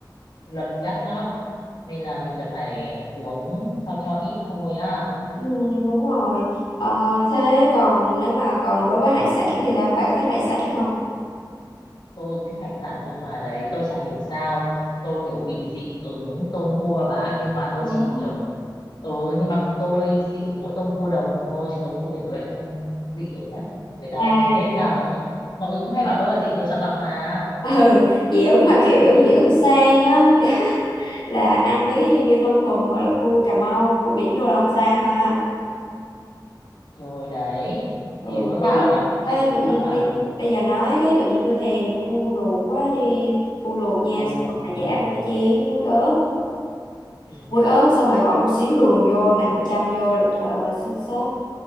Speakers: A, on the left (about 70°); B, on the left (about 85°).
A: luật gắt lắm nên là mình cần phải uống sao cho ít thôi á
B: ừ, đúng rồi Ờ, thế còn nếu mà còn đối với hải sản thì sao? bạn có thích hải sản không?
A: tôi thích hải sản nhưng mà đấy tôi chả hiểu sao tôi kiểu bị dị ứng tôm cua bà nhưng mà tôi
B: Đúng.
A: chỉ kiểu ừ nhưng mà tôi dị ứng mỗi tôm cua đồng thôi chứ tôm cua biển tôi lại không dị ứng đấy người ta
B: À
A: thế nên là mọi người mọi người cũng hay bảo tôi là dị ứng có chọn lọc mà
B: <laughs> ừ dị ứng mà kiểu dị ứng sang á <laughs> là ăn mấy cái gì như tôm hùm hoặc là cua Cà Mau cua biển đồ là không sao ha
A: rồi đấy
B: ừ
A: thế mới bảo
B: tôi thích
A: là
B: Ê,
A: dị ứng
B: tự
A: chọn
B: nhiên
A: lọc à
B: đi bây giờ nói cái tự nhiên tôi thèm cua luộc quá đi cua luộc nha
A: cua
B: xong
A: luộc
B: rồi
A: à
B: giả một cái chén muối ớt
A: ừ,
B: muối ớt xong rồi bỏ một xíu đường vô nặn chanh vô là trời ơi xếp xếp